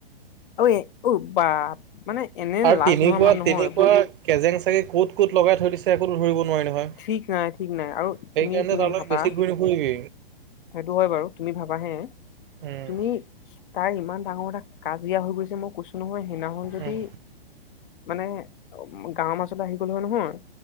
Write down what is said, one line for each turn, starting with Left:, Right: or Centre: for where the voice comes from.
Left: অই অও বা মানে এনে
Right: আৰু
Left: লাজ
Right: তেনেকুৱা,
Left: নোহোৱা মানুহ
Right: তেনেকুৱা
Left: নহয় ভাই
Right: কেজেং চাগে ক'ত ক'ত লগাই থৈ দিছে। একো ধৰিব নোৱাৰি নহয়
Left: ঠিক নাই, ঠিক নাই আৰু
Right: সেইকাৰণে
Left: তুমি, তুমি
Right: তাৰ লগত
Left: ভাবা
Right: বেছি ঘূৰি নুফুৰিবি
Left: সেইটো হয় বাৰু তুমি ভাবাহে,
Right: উম
Left: তুমি তাই ইমান ডাঙৰ এটা কাজিয়া হৈ গৈছে, মই কৈছো নহয় সেইদিখন যদি
Right: উম
Left: মানে গাঁৱৰ মাছলে আহি গ'ল হয় নহয়।